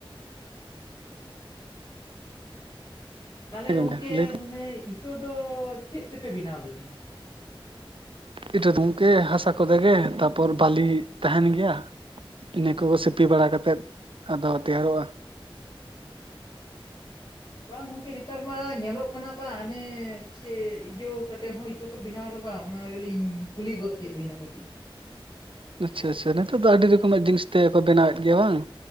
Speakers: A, on the left; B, on the right.
A: ᱛᱟᱦᱚᱞᱮ
B: ᱦᱮᱸ
A: ᱜᱚᱢᱠᱮ
B: ᱜᱚᱝᱠᱮ ᱞᱟᱹᱭ ᱵᱤᱱ
A: ᱢᱟᱱᱮ ᱤᱴᱳ ᱫᱚ ᱪᱮᱫ ᱛᱮᱯᱮ ᱵᱤᱱᱟᱣ ᱜᱮᱛᱮ?
B: ᱤᱴᱟᱹ ᱫᱚ ᱜᱚᱢᱠᱮ ᱦᱟᱥᱟ ᱠᱚᱛᱮ ᱜᱮ ᱛᱟᱯᱚᱨ ᱵᱟᱞᱤ ᱛᱟᱦᱮᱱ ᱜᱮᱭᱟ᱾ ᱤᱱᱟᱹ ᱠᱚ ᱜᱮ ᱥᱤᱯᱤ ᱵᱟᱲᱟ ᱠᱟᱛᱮᱜ, ᱟᱫᱚ ᱛᱮᱭᱟᱨᱚᱜᱼᱟ᱾
A: ᱵᱟᱝ ᱜᱚᱝᱠᱮ ᱱᱮᱛᱟᱨ ᱢᱟ ᱧᱮᱞᱚᱜ ᱠᱟᱱᱟ, ᱵᱟᱝ ᱦᱟᱱᱮ ᱪᱮ ᱤᱭᱟᱹ ᱠᱟᱛᱮ ᱦᱚᱸ ᱤᱴᱳ ᱠᱚ ᱵᱮᱱᱟᱣ ᱫᱟ ᱵᱟᱝ ᱚᱱᱟ ᱜᱮᱞᱤᱧ ᱠᱩᱞᱤ ᱜᱚᱫ ᱠᱮᱫ ᱵᱤᱱᱟ ᱠᱟᱹᱴᱤᱡ
B: ᱟᱪᱪᱷᱟ ᱼ ᱟᱪᱪᱷᱟ ᱱᱤᱛᱚᱜ ᱫᱚ ᱟᱹᱰᱤ ᱨᱚᱠᱚᱢᱟᱼᱜ ᱡᱤᱱᱤᱥ ᱛᱮᱠᱚ ᱵᱮᱱᱟᱣᱮᱫ ᱜᱮᱭᱟ ᱵᱟᱝ